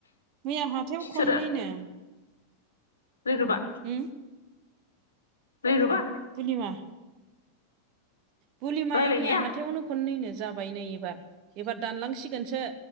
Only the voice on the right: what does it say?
मैया हाथायाव खननैनो
<inaudible> उम
कुलिवा बुलि माया
मैया हाथायावनो खननैनो जाबाय नै एबार एबार दानलांसिगोनसो